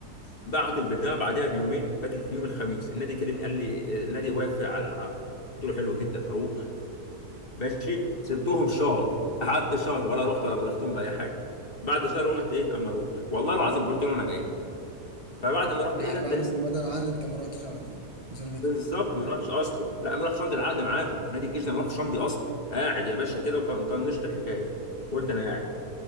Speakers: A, on the left; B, on the right.
A: بعتوا البتاع بعدها بيومين فاكر كان يوم الخميس النادي كلمني قال لي آه، النادي وافق على العقد قلت له حلو جدا هروح ماشي سبتهم
B: أمم.
A: شهر قعدت شهر ولا رحت ولا بلغتهم باي حاجه بعد شهر قلت ايه اما اروح والله العظيم قلت له انا جاي فبعد ما رحت
B: يعني
A: ايه ده انت
B: بعد
A: لسه
B: ما مضى العقد انت ما رحتش على طول زلته
A: بالظبط ما راحش اصلا لا ما راحش امضي العقد معاهم في نادي الجيش ده ما راحش امضي اصلا قاعد يا باشا كده وط- وطنشت الحكايه قلت
B: أمم،
A: انا قاعد